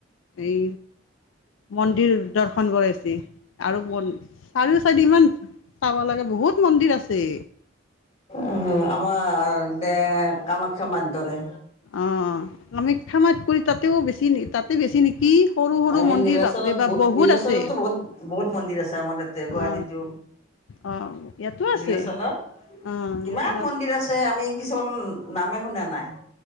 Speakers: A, on the left; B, on the left.
A: এই মন্দিৰ দৰ্শন কৰাইছে আৰু চাৰিও চাৰি ইমান চাব লাগে বহুত মন্দিৰ আছে
B: উ আমাৰ দে কামাখ্যা মাৰ ধৰে
A: অ আমি কামাখ্যা মাৰ কৰি তাতেও বেছি তাতে বেছি কি সৰু সৰু
B: এই
A: মন্দিৰ
B: নীলাচলত
A: বাপৰে বা
B: ব
A: বহুত
B: নীলাচলততো
A: আছে
B: বহুত বহুত মন্দিৰ আছে আমাৰ তাতে গুৱাহাটীতো।
A: অ অ ইয়াতো আছে
B: নীলাচলত
A: অ'
B: কিমান
A: ইয়াতো
B: মন্দিৰ আছে আমি কিছুমান নামে শুনা নাই